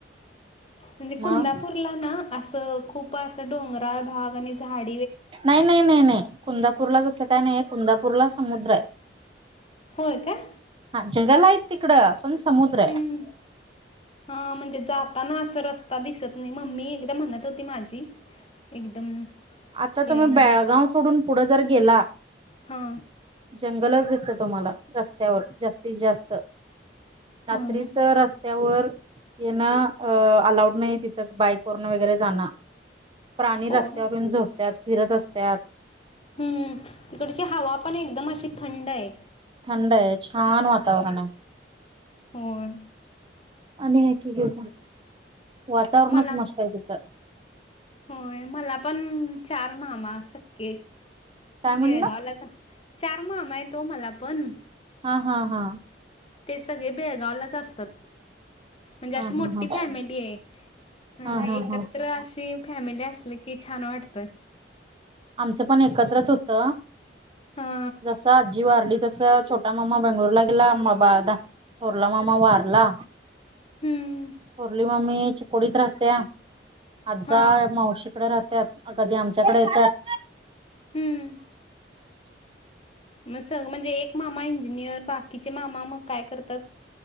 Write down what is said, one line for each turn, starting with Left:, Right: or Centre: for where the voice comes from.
Left: म्हणजे कुंदापूरला
Right: मग
Left: ना, असं खूप असं डोंगरा भाग आणि झाड
Right: नाही नाही नाही नाही, कुंदापूरला तसं काय नाही आहे कुंदापूरला समुद्र आहे.
Left: होय काय?
Right: जगलं आहेत तिकडं. पण समुद्र आहे
Left: हम्म हा म्हणजे जाताना अस, रस्ता दिसत नाही, मम्मी एकदा म्हणत होती माझी एकदम
Right: आता
Left: हे
Right: तुम्ही
Left: आहे म्हणून
Right: बेळगाव सोडून पुढे जर गेला,
Left: हा
Right: जंगलच दिस च तुम्हाला रस्त्यावर जास्तीत जास्त रात्रीच
Left: हा
Right: रस्त्यावर येन अ अलाऊड नाही तिथं बाईक वरून वगैरे जाणं. प्राणी रस्त्यांवर
Left: हो
Right: त्यात फिरत असत्यात.
Left: हम्म हम्म तिकडची हवा पण एकदम अशी थंडय.
Right: थंडय आहे छान वातावरण आहे.
Left: होय.
Right: आणि हे की <unintelligible> वातावरणच
Left: मला
Right: मस्त आहे तिथं
Left: होय मला पण चार मामा सक्के.
Right: काय म्हणलं
Left: बेळगावला चा चार मामा यत ओ मला पणं.
Right: हा हा हा
Left: ते सगळे बेळगावलाच असतात म्हंजे
Right: हा
Left: अशी मोठ्ठी
Right: हा हा
Left: फॅमिलीय. अ
Right: हा हा
Left: एकत्र
Right: हा
Left: अशी फॅमिली असली की छान वाटतंय!
Right: आमचं पण एकत्रच होत
Left: हा
Right: जस आजी वारली जस छोटा मामा बेंगलुरला गेला, मा बा थोरला मामा वारला.
Left: हम्म
Right: थोरली मम्मी चिकोडीत राहत्या. आज्जा
Left: हा
Right: मावशीकडे राहत्यात अ कधी आमच्या च्याकडे येत्यात.
Left: हम्म मग स म्हणजे एक मामा इंजिनिअर म बाकीचे मामा मग काय करतात?